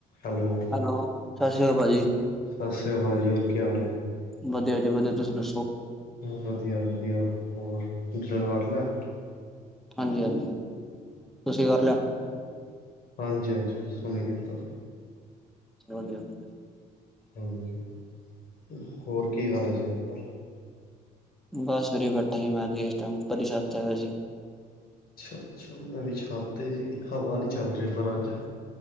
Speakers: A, on the left; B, in the centre.
A: Hello.
B: ਲੋ ਸਤਿ ਸ਼੍ਰੀ ਅਕਾਲ ਭਾਜੀ।
A: ਸਤਿ ਸ਼੍ਰੀ ਅਕਾਲ ਜੀ ਹੋਰਿਆ ਹਾਲ ਹੈ?
B: ਵਧੀਆ ਜੀ ਵਧੀਆ ਤੁਸੀਂ ਦੱਸੋ?
A: ਵਧੀਆ ਵਧੀਆ ਹੋਰ <unintelligible> ਲਿਆ।
B: ਹਾਂਜੀ-ਹਾਂਜੀ ਤੁਸੀਂ ਕਰ ਲਿਆ।
A: ਹਾਂਜੀ-ਹਾਂਜੀ ਹੁਣੇ ਕੀਤਾ।
B: <unintelligible>
A: ਹਾਂਜੀ ਹੋਰ ਕਈ ਹਾਲ ਹੈ ਸ਼ਹਿਰ ਦਾ।
B: ਬਸ ਵੀਰੇ ਬੈਠਾ ਸੀ ਮੈਂ ਤੇ ਇਸ ਟਾਈਮ ਉੱਪਰਲੀ ਛੱਤ ਚ ਹੈਗਾ ਸੀ।
A: ਅੱਛਾ-ਅੱਛਾ ਮੈਂ ਵੀ ਛੱਤ ਤੇ ਸੀ ਹਵਾ ਨਹੀਂ ਚੱਲ ਰਹੀ ਪਰ ਅੱਜ।